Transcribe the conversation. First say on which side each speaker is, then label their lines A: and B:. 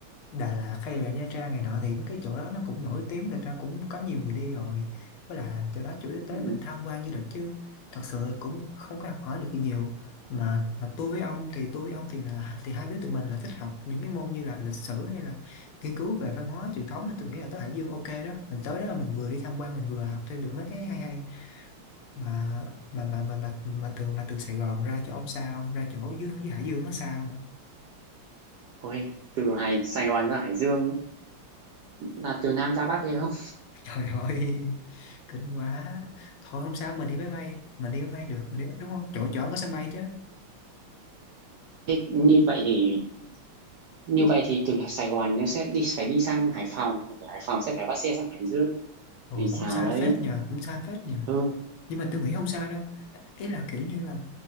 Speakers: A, on the left; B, on the right.
A: Đà Lạt hay là Nha Trang này nọ thì mấy cái chỗ đó nó cũng nổi tiếng người ta cũng có nhiều người đi rồi với lại là chỗ đó chủ yếu tới
B: ừ,
A: mình tham quan du lịch chứ thật sự cũng không có học hỏi được gì nhiều mà, mà tôi với ông thì tôi với ông thì là thì hai đứa tụi mình là thích học những cái môn như là lịch sử hay là nghiên cứu về văn hóa truyền thống á, tôi nghĩ là tới Hải Dương ok đó mình tới đó là mình vừa đi tham quan mình vừa học thêm được mấy cái hay hay mà mà mà mà mà, mà từ mà từ Sài Gòn ra chỗ ông sao không? ra chỗ dưới dưới Hải Dương nó sao <laughs> không?
B: ôi từ Hải Sài Gòn ra Hải Dương là từ Nam ra Bắc hay không
A: trời ơi <laughs> kinh quá thôi không sao mình đi máy bay mình đi máy bay được mình đi đúng không chỗ chỗ ông có sân bay chứ
B: thế như vậy thì như vậy thì từ Sài Gòn nó sẽ đi phải đi sang Hải Phòng từ Hải Phòng sẽ phải bắt xe sang Hải Dương
A: ồ
B: thì xà
A: cũng xa
B: đấy
A: phết nhờ cũng xa phết nhờ
B: ừ,
A: nhưng mà tôi nghĩ không sao đâu ý là kiểu như là